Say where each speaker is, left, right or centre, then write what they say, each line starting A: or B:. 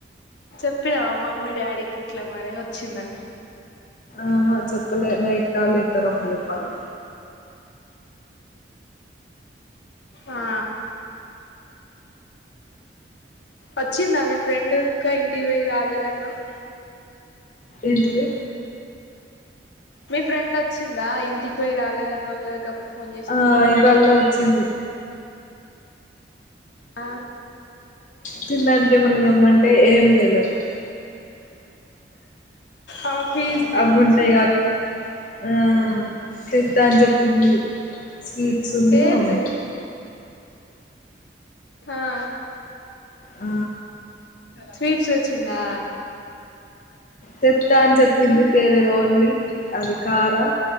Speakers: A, on the left; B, on the left.
A: చెప్పినావా మమ్మీ డాడీకి ఇట్లా మరి ఓచ్చిందని
B: ఆహా చెప్పలే నైట్ కాల్ జేత్తరు అప్పుడు చెప్పాలె
A: ఆ ఓచ్చిందా మీ ఫ్రెండ్ ఇంకా ఇంటివయి రాలేదన్నవ్
B: ఎంతది
A: మీ ఫ్రెండ్ డోచ్చిందా ఇంటికి వోయి రాలేదన్నవ్ గద గప్పుడు ఫోన్ చేసినప్పుడు
B: ఆ ఇవాళ ఓచ్చింది
A: ఆ
B: తినడానికి ఏమన్నా తెమ్మంటే ఏం తెలీదు
A: అ పీజ ది
B: అవి ఉంటాయిగా
A: చ్చి
B: ఆ తిడ్తా అని చెప్పింది స్వీట్సున్ను
A: ఏంది
B: అవు
A: ఆ
B: ఆ
A: స్వీట్స్ వచ్చిందా
B: తేత అనీ చెపి ఫెర్రర్ ఓన్లీ ఆది కార